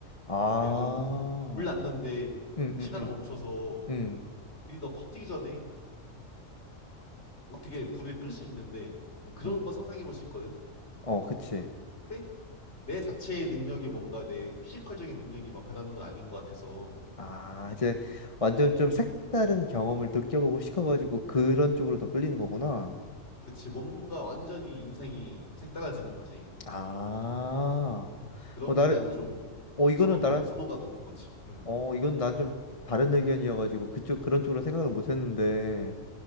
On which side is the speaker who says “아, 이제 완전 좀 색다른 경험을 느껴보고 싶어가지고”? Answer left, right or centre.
Left